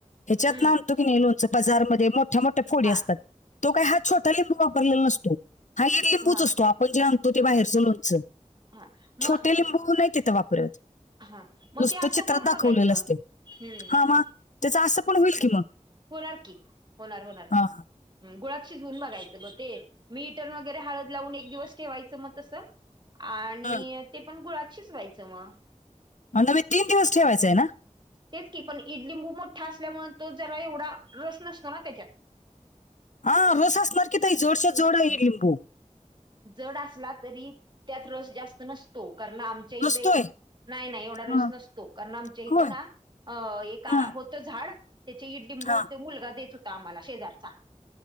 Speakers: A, on the left; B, on the right.
A: ह्याच्यातन
B: हम्म
A: आणतो, की नाही लोणचं बजारमध्ये मोठ्या मो ठ्या फोडी
B: हा
A: असतात, तो काय हा छोटा लिंबू वापरलेला नसतो हा इडलिंबूच
B: हा
A: असतो
B: हा
A: आपण जे आण तो ते बाहेरच लोणचं
B: हा. मग
A: छोटे लिंबू नाही तिथं वापरत.
B: हा मग
A: नुसतं
B: ते असं
A: चित्रात
B: करून
A: दाखवलेलं
B: बघायचं.
A: असते
B: हम्म
A: हा मा त्याच असं पण होईल की मग
B: होणार की होणार होणार
A: हा
B: की गुळाात शिजवून बघायचं ब ते मीठ अन वगैरे हळद लावून एक दिवस ठेवायचं मग तसं आणि
A: हा
B: ते पण गुळात शिजवायचं मग
A: हो न बाई तीन दिवस ठेवायचं आहे ना?
B: तेच की पण ईडलिंबू मोठा असल्यामुळ तो जरा एवढा रस नसतो ना त्याच्यात.
A: हा रस असणार की ताई जोडशा जोड आहे ईडलिंबू.
B: जड असला तरी त्यात रस जास्त नसतो कारण आम चैतेक
A: नसतोय
B: नाही नाही एवढा रस
A: हा,
B: नसतो कारण आमच्या इथं
A: होय
B: ना एक आ
A: हं,
B: हो झाड त्याचे ईडलिंबू
A: हा
B: ते मुलगा देत होता आम्हाला शेजारचा.